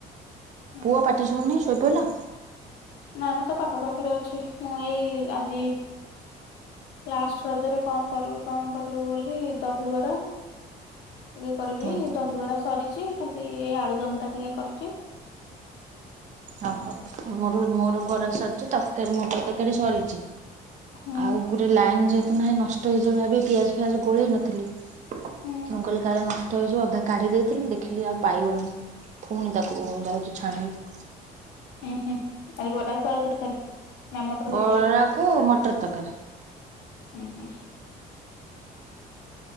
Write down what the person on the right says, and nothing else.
ପୁଅ ପାଟିଶୁଭୁନି ଶୋଇପଡ଼ିଲା।
ହୁଁ
ଓହୋ ମୋର ମୋର ବରା ସରିଛି ତରକାରୀ ମଟର ତରକାରୀ ସରିଛି।
ଆଉ ଗୋଟେ ଲାଇନ୍ ଯେହେତୁ ନାହିଁ ନଷ୍ଟ ହେଇଯିବ ଭାବି ପିଆଜ ଫିଆଜ ଗୋଳେଇ ନଥିଲି। ମୁ
କହିଲି କାଳେ ନ। ଷ୍ଟ ହେଇଯିବ ଅଧା କାଢି ଦେଇଥିଲି ଦେଖିଲି ଆଉ ପାଇବନି ପୁଣି ତାକୁ ଯାଉଚି ଛାଣିବି।
ବରାକୁ
ମଟର ତରକାରୀ